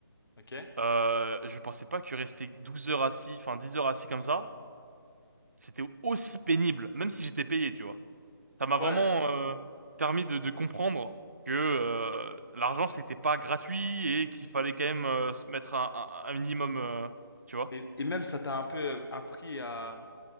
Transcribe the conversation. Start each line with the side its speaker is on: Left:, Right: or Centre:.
Left: Ok.
Right: Euh, je pensais pas que rester 12 heures assis, enfin 10 heures assis comme ça, c'était aussi pénible, même si j'étais payé, tu vois. Ça m'a vraiment
Left: Ouais.
Right: euh, permis de, de comprendre que euh, l'argent, c'était pas gratuit et qu'il fallait quand même euh, se mettre un, un- un minimum, euh, tu vois.
Left: Et, et même ça t'a un peu euh, appris à,